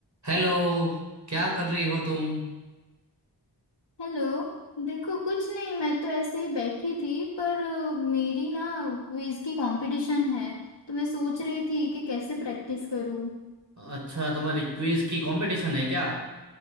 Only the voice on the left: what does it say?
Hello देखो कुछ नहीं मैं तो ऐसे ही बैठी थी पर अ, मेरी ना क्विज की कंपटीशन है तो मैं सोच रही थी कि कैसे प्रैक्टिस करूं